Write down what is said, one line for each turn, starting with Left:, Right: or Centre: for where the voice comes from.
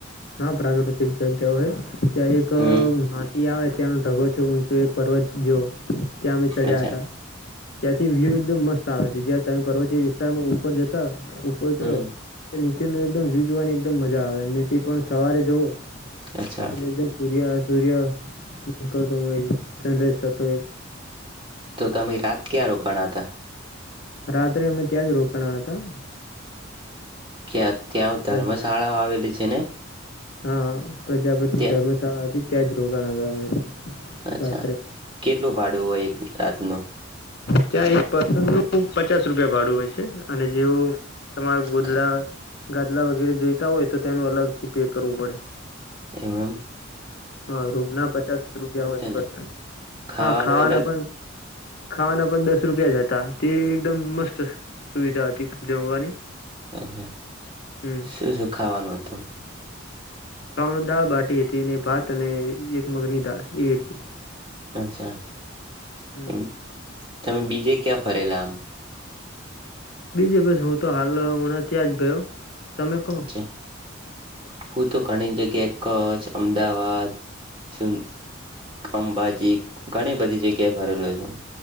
Left: હા પ્રાકૃતિક જગ્યા હોય. ત્યાં એક
Right: હમ
Left: આવે ત્યાનો ઢગો છે ઊંચો એક પર્વત જો. ત્યાં અમે ચડ્યા
Right: અચ્છા
Left: હતા. ત્યાંથી વ્યુ એકદમ મસ્ત આવે છે જ્યાં તમે પર્વતીય વિસ્તારમાં ઉપર જતા. ઉપર તે
Right: હમ
Left: મ વ્યુ જોવાની એકદમ મજા આવે. થી પણ સવારે જવું.
Right: અચ્છા
Left: પટલે એકદમ સૂર્ય સૂર્ય. ક તો હોય. સનરાઈઝ સા તોય.
Right: તો તમે રાત ક્યાં રોકાણા હતા.
Left: રાત્રે અમે ત્યાં જ રોકાણા હતા.
Right: <inaudible> ત્યાં
Left: ત્યાંથી
Right: ધર્મશાળાઓ આવેલી છે ને.
Left: હા. પ્રજાપતિ
Right: ત્યાં
Left: ધર્મશાળા હતી. <unintelligible>
Right: અચ્છા
Left: રાત્રે
Right: કેટલું ભાડું હોય એક રાતનું.
Left: ત્યાં એક પસન પચાસ રૂપિયા ભાડું હોય છે અને જેવ તમારા ગોદડા
Right: ખ-
Left: ગાદલા વગેરે જોઈતા હોય તો તેનું અલગથી પે કરવું પડે.
Right: એવમ.
Left: હા રૂમ ના પચાસ રૂપિયા હોય પર્સન
Right: ને ખાવાનું
Left: હા ખાવાના
Right: એ અલગ
Left: પણ ખાવાના પણ દસ રૂપિયા જ હતા તે એકદમ મસ્ત સુવિધા હતી જમવાની.
Right: અચ્છા
Left: હમ
Right: શું શું ખાવાનું હતું.
Left: ખાવણ દાળ બાટી હતી ને ભાત અને એક મગની દાળ એવી રીતે.
Right: અચ્છા.
Left: હમ્મ.
Right: એમ તમે બીજે ક્યાં ફરેલા આમ.
Left: બીજે બસ હું તો હાલ હમણાં ત્યાં જ ગયો. તમે કહો
Right: અચ્છા હું તો ઘણી જગ્યાએ કચ્છ અમદાવાદ સુન અંબાજી ઘણી બધી જગ્યાએ ફરેલો છું